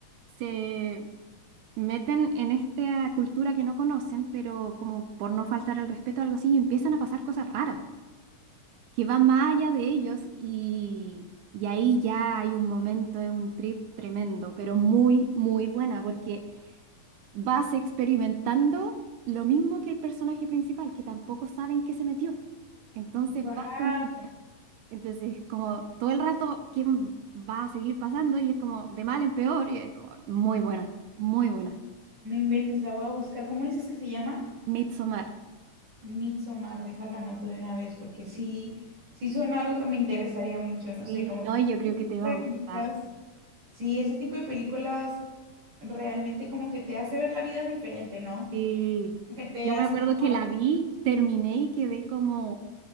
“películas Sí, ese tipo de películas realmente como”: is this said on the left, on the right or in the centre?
Right